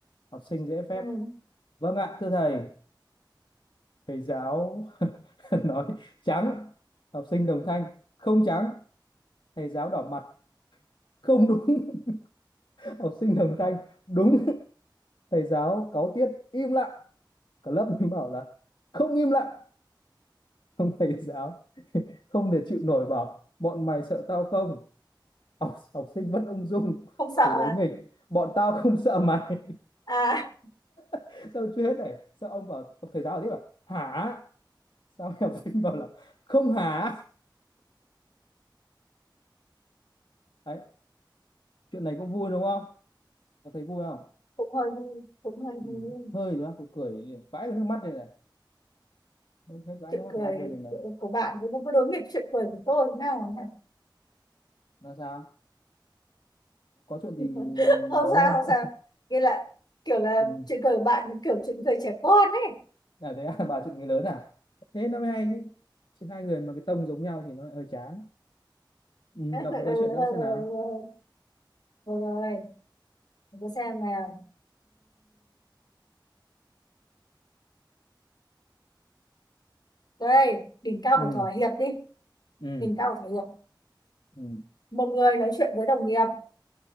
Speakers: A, on the left (about 75°); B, on the left (about 55°).
A: học sinh dễ phép
B: ừ.
A: vâng ạ thưa thầy thầy giáo <laughs> nói trắng học sinh đồng thanh không trắng thầy giáo đỏ mặt không đúng <laughs> học sinh đồng thanh đúng thầy giáo cáu tiết im lặng cả lớp mình bảo là không im lặng ông thầy giáo không thể chịu nổi bảo bọn mày sợ tao không học, học sinh vẫn ung dung
B: Không sợ
A: từ đối
B: à?
A: nghịch bọn tao không sợ mày
B: À,
A: <laughs> sao chưa hết này sao ông bảo ông thầy giáo bảo tiếp là hả sao mấy học sinh bảo là không hả đấy chuyện này cũng vui đúng không có thấy vui không
B: cũng hơi vui, cũng hơi
A: ừ.
B: vui.
A: hơi nữa tôi cười vãi cái nước mắt này này thấy vãi
B: chuyện
A: nước mắt
B: cười
A: hai bên này này
B: của bạn với với đối nghịch chuyện cười của tôi thế nào nhỉ
A: là sao có chuyện gì
B: <laughs> không
A: mới
B: sao
A: không
B: không sao nghĩa là kiểu là
A: <laughs> ừ.
B: chuyện cười của bạn kiểu chuyện cười trẻ con ấy
A: là thế à, <laughs> bà chuyện người lớn à thế nó mới hay chứ chứ hai người mà cái tông giống nhau thì nó lại hơi chán ừ.
B: <laughs>
A: đọc
B: Ừ,
A: một cái chuyện nữa
B: rồi
A: xem
B: rồi
A: nào
B: rồi rồi tôi xem nào đây đỉnh cao
A: ừ.
B: của thỏa hiệp đi
A: Ừ.
B: đỉnh cao của thỏa hiệp
A: Ừ.
B: một người nói chuyện với đồng nghiệp